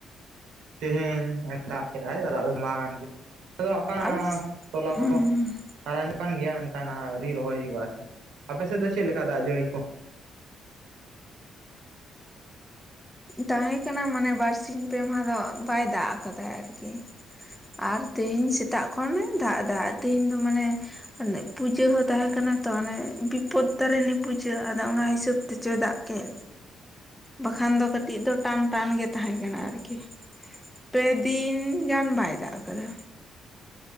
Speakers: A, on the right; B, in the centre.
A: ᱛᱮᱦᱮᱧ ᱫᱟᱜ ᱠᱮᱫᱟᱭ ᱫᱟᱜ ᱫᱚ ᱢᱟ ᱠᱟᱱ ᱜᱮ ᱟᱫᱚ ᱟᱠᱟ
B: ᱟᱞᱮ
A: ᱛᱚᱞᱟ
B: ᱦᱩᱸ
A: ᱠᱚᱫᱚ ᱦᱟᱨᱟ ᱧᱚᱜ ᱠᱟᱱ ᱜᱮᱭᱟ ᱢᱮᱱᱠᱷᱟᱱ ᱟᱹᱣᱨᱤ ᱨᱚᱦᱚᱭ ᱦᱩᱭᱩᱜᱼᱟ ᱟᱨᱠᱤ ᱟᱯᱮᱥᱮᱫ ᱫᱚ ᱪᱮᱫ ᱞᱮᱠᱟ ᱫᱟᱜ ᱡᱟᱹᱲᱤ ᱠᱚ?
B: ᱛᱟᱦᱮᱸ ᱠᱟᱱᱟ ᱢᱟᱱᱮ ᱵᱟᱨᱥᱤᱧ ᱯᱮ ᱢᱟᱦᱟ ᱫᱚ ᱵᱟᱭ ᱫᱟᱜ ᱟᱠᱟᱫᱟ ᱟᱨᱠᱤ᱾ ᱟᱨ ᱛᱮᱦᱤᱧ ᱥᱮᱛᱟᱜ ᱠᱷᱚᱱᱮ ᱫᱟᱜ ᱫᱟᱜ ᱛᱮᱦᱤᱧ ᱫᱚ ᱢᱟᱱᱮ ᱯᱩᱡᱟᱹ ᱦᱚᱸ ᱛᱟᱦᱮᱸᱠᱟᱱᱟ ᱛᱚ ᱦᱟᱱᱮ ᱵᱤᱯᱚᱫ ᱛᱟᱨᱮᱱᱤ ᱯᱩᱡᱟᱹ ᱟᱫᱚ ᱚᱱᱟ ᱦᱤᱥᱟᱹᱵ ᱛᱮᱪᱚᱭ ᱫᱟᱜ ᱠᱮᱫ᱾
A: <inaudible>
B: ᱵᱟᱠᱷᱟᱱ ᱫᱚ ᱠᱟᱹᱴᱤᱡ ᱫᱚ ᱴᱟᱱ ᱴᱟᱱ ᱜᱮ ᱛᱟᱦᱮᱸ ᱠᱟᱱᱟ ᱟᱨᱠᱤ᱾ ᱯᱮ ᱫᱤᱱ ᱜᱟᱱ ᱵᱟᱭ ᱫᱟᱜ ᱟᱠᱟᱫᱟ᱾